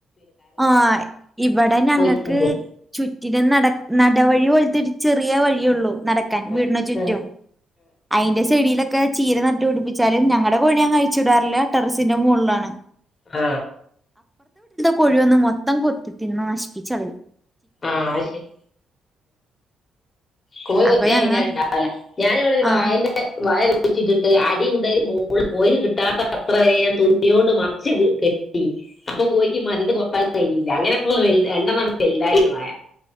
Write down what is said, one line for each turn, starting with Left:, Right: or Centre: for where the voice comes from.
Centre: ആ ഇവിടെ ഞങ്ങൾക്ക്
Left: തിന്ന്
Centre: ചുറ്റിനും നാട ന നടവഴി പോലത്തെ ചെറിയ ഒരു വഴിയേയുള്ളു നടക്കാൻ
Left: ആഹ്
Centre: വീട്ടിന് ചുറ്റും അതിന്റെ സൈഡിലൊക്കെ ക്കെ ചീര നട്ട് പിടിപ്പിച്ചാലും ഞങ്ങടെ കോഴിനെ അഴിച്ച് വിടാറില് ടെറസിന്റെ മേളില് ആണ്
Left: ആ
Centre: കോഴി വന്ന് മൊത്തം കൊത്തി തിന്ന് നശിപ്പിച്ച് കളയും
Left: ആ അത് ശരി കോഴി കൊത്തിയാൽ
Centre: അപ്പൊ ഞങ്ങ
Left: പിന്നെ അത് ഇണ്ടാവില്ല ഞാൻ ഇവിടെ ഒരു
Centre: ആഹ്
Left: വാഴേന്റെ വാഴ കു ച്ചിട്ടി <unintelligible> ട്ട് അടി മുതൽ മോള് വരെ കോഴി കിട്ടാത്തവരെ അത്രവരെ തുണി കൊണ്ട് മറച്ച് കെ- അപ്പോ കോഴിക് മരട് കൊത്തി- കഴിയില്ല അങ്ങനെ ഇപ്പോൾ രണ്ടെണ്ണ വലുതായി തായി വാഴ